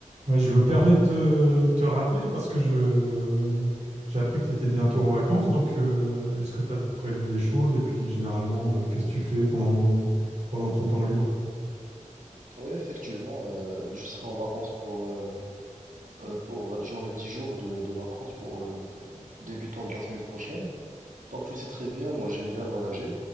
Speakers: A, on the right (about 55°); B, on the right (about 80°).
A: Ouais, je me permets de te, te rappeler parce que je j'ai appris que tu étais bientôt en vacances, donc euh, est-ce que tu as prévu des choses et puis généralement euh, qu'est-ce que tu fais pendant pendant ton temps libre?
B: Oui, effectivement, euh, je serai en vacances pour, euh, euh, pour j'aurai 10 jours de, de vacances pour euh, débutant de la semaine prochaine. Donc tu sais très bien, moi j'aime bien voyager.